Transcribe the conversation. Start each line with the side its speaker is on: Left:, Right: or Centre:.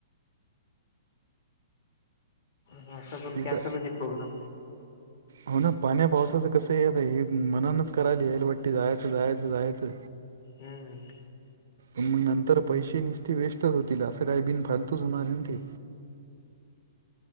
Left: ह असं करून
Right: एकदा
Left: कॅन्सल होती प्रोग्राम
Right: हो ना पाण्या पावसाचं कसं आता हे मनानच करायला याईल वाट्टी जायचं जायचं जायचं.
Left: हम्म
Right: मग नंतर पैसे निसते वेस्टच होतील असं काही बिन फालतूच होणार ते